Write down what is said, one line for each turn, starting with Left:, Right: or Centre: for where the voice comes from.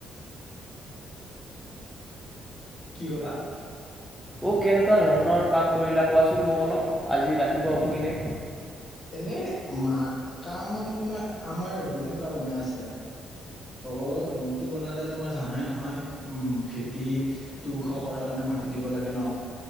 Left: কি ক'লা?
Centre: অ কেনেকুৱা ধৰণৰ কাম কৰিলা কোৱাচোন মোক অলপ। আজি ৰাতিপুৱা উঠি কিনে?
Left: এহে মা কাম মানে তোমাৰ আমাৰ ৰুম এটা বনাই আছে। ত ৰুমটো বনালে তোমাৰ জানাই নহয় উম ভেটি টো ওখ কৰাৰ কাৰণে মাটি দিব লাগে ন।